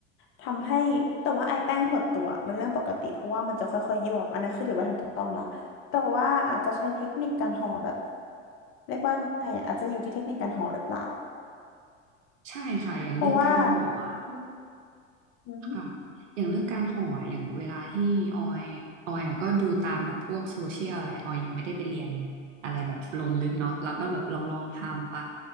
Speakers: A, on the left; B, on the right.
A: ทำให้แต่ว่าไอแป้งหดตัวมันเรื่องปกติเพราะว่ามันจะค่อยๆยวบอันนั้นคือถือว่าทำถูกต้องละแต่ว่าอาจจะใช้เทคนิคการห่อแบบเรียกว่าไงอะอาจจะอยู่ที่เทคนิคการห่อหรือเปล่า
B: ใช่ค่ะอย่างเรื่องการห่ออะ
A: เพราะว่าอืม
B: ค่ะอย่างเรื่องการห่ออย่างเวลาที่ออยออยอะก็ดูตามแบบพวกโซเชียลแหละ ออยยังไม่ได้ไปเรียนอะไรแบบลงลึกเนาะเราก็แบบลองลองทำไป